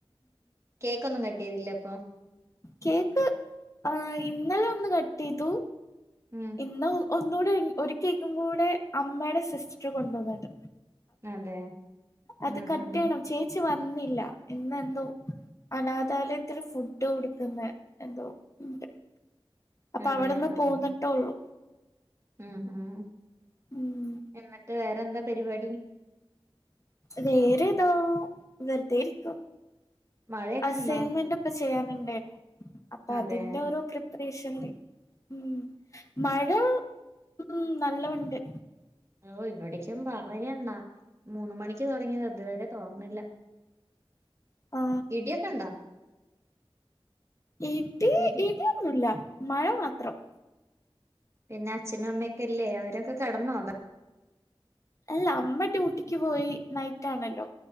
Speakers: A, on the right; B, on the left.
A: കേക്കൊന്നും കട്ട് ട്ടെയ്തില്ലേ അപ്പൊ
B: കേക്ക് ആ ഇന്നലെ ഒന്ന് ക ട്ടയ്തു
A: ഉം
B: ഇന്ന് ഒന്നോ ഒര് കേക്കും കൂടെ അമ്മടെ സിസ്റ്റർ കൊണ്ടുവന്നത്
A: അതെ
B: അത്
A: ഉം
B: കട്ടയ്യണം
A: ഉം
B: ചേച്ചി വന്നില്ല ഇന്ന് ബ്രോ അനാഥാലയത്തിൽ ഫുഡ് കൊടുക്കുന്ന എന്തോ ഉണ്ട് അപ്പൊ
A: അതെ
B: അവിടെന്ന്
A: ആഹ്
B: പോന്ന്ട്ട് ഉള്ളൂ
A: ഉം ഉം
B: ഉം
A: എന്നിട്ട് വേ അവിടെന്താ പരിപാടി
B: വേറെ താ വെറുതെ ഇരിക്കും
A: മഴയൊക്കെ
B: അസ്സയ്ൻമെന്റൊക്കെ
A: ഉണ്ടോ
B: സ ചെയ്യാനുണ്ടെർന്നു അപ്പൊ
A: അതെ
B: അതിന്റെ ഒരു പ്രി പ്രെഷൻല്ല് ഉം മഴ ഉം നല്ലോം ഇണ്ട്
A: ഓ ഇവിടേക്കും പറയണ്ടാ മൂന്ന് മണിക്ക് തോടങ്ങിയത ഇതുവരെ തോർന്നില്ല
B: ആ
A: ഇടിയൊക്കെ ഉണ്ടോ
B: ഇടി
A: വീട്ടിൽ
B: ഇടി ഒന്നുല മഴ മാത്രം
A: പിന്നെ അച്ഛനും അമ്മക്കെല്ലേ അവരൊക്കെ കടന്നോ ബ
B: അല്ല അമ്മ ട്യൂട്ടിക്ക് പോയി നൈറ്റണല്ലോ